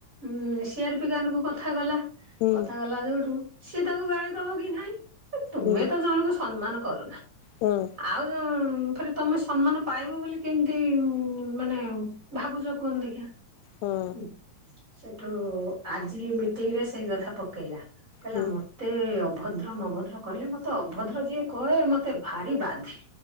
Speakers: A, on the right; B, on the left.
A: ଉଁ ସି ଆର ପି କାନ କୁ କଥା ଗଲା।
B: ହୁଁ
A: କଥା ଗଲା ଯୋଉଠୁ ସେ ତାକୁ ଗାଳି ଦବ କି ନାଇଁ। ତୁମେ
B: ହୁଁ
A: ତ ଜଣକୁ ସମ୍ମାନ କରନା।
B: ହଁ
A: ଆଉ ଯୋଉ ଫେରେ ତମେ ସମ୍ମାନ ପାଇବ ବୋଲି କେମିତି ମାନେ ଭାବୁଛ କୁହନି ଦେଖିଆ।
B: ହଁ।
A: ହୁଁ ସେଠୁ ଆଜି ମିଟିଂ ରେ ସେଇ କଥା ପକେଇଲା। କହିଲା
B: ହୁଁ
A: ମତେ ଅଭ ଅଭଦ୍ର ମଭଦ୍ର କହିଲେ ମତେ ଅଭଦ୍ର ଯିଏ କହେ ମତେ ଭାରି ବାଧେ।